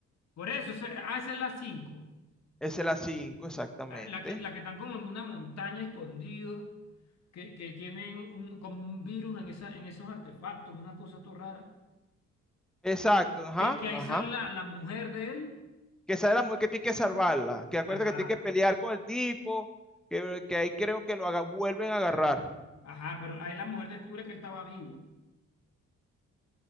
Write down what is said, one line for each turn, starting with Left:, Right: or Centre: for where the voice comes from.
Left: por eso, esa, ah, esa es la cinco
Centre: Esa es la 5, exactamente.
Left: Ah, La que, la que están como en una montaña escondidos, que, que tienen un, como un virus en, esa, en esos artefactos, una cosa todo rara.
Centre: Exacto, ajá,
Left: Que, que ahí
Centre: ajá.
Left: sale la, la mujer de él.
Centre: Que sale la mujer que tiene que salvarla, que acuerda
Left: Ajá,
Centre: que tiene que pelear con el tipo, que, que ahí creo que lo haga, vuelven a agarrar.
Left: ajá, pero ahí la mujer descubre que él estaba vivo.